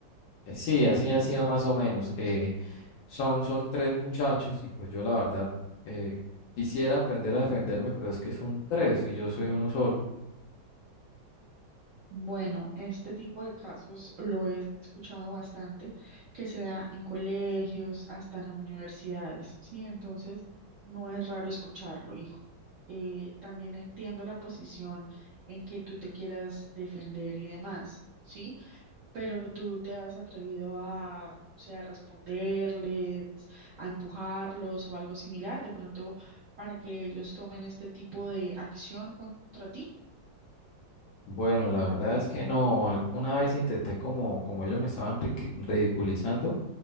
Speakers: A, on the left; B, on the right.
A: sí, así ha sido más o menos. Eh, son, son tres muchachos y pues yo la verdad eh, quisiera aprender a defenderme, pero es que son tres y yo soy uno solo.
B: Bueno, este tipo de casos lo he escuchado bastante, que se da en colegios, hasta en universidades, ¿sí? Entonces, no es raro escucharlo, hijo. Eh, también entiendo la posición en que tú te quieras defender y demás, ¿sí? Pero tú te has atrevido a, o sea, a responderles, a empujarlos o algo similar, de pronto, para que ellos tomen este tipo de acción contra ti.
A: Bueno, la verdad es que no, alguna vez intenté como, como ellos me estaban riqui- ridiculizando,